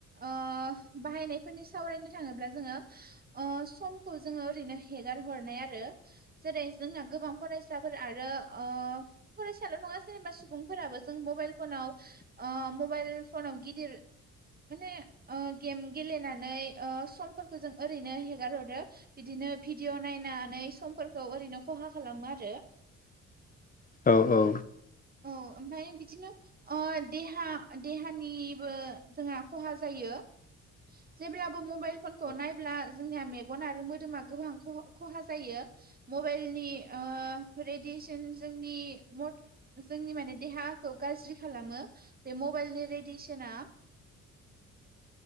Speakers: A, on the right; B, on the left.
A: ओ बाहायनायफोरनि सावरायनो थाङोब्ला जोङो ओ समखौओरैनो हेगार हरनाय आरो जेरै जोंना गोबां फर फरायसाफोर आरो ओ फरायसाल' नङा सोरनिबा सुबुंफोराबो जों मबाइल फनाव ओ मबाइल फनाव गिदिर माने ओ गेम गेलेनानै ओ समफोरखौ जों ओरैनो हेगार हरो बिदि नो भिडिअ' नायनानै समफोरखौ ओरैनो खहा खालामो आरो
B: औ औ।
A: औ ओमफाय बिदिनो अ देहा देहानिबो जोंहा खहा जायो। <unintelligible> जेब्लाबो मबाइल फनखौ
B: औ
A: नायब्ला जोंनिया मेगन आरो मोदोमा गोबां ख-खहा जायो। मबाइलनि ओ रेडेसन जोंनि मर जोंनि माने देहाखौ गाज्रि खालामो बे मबाइलनि रेडियेसना।
B: <inaudible> <unintelligible>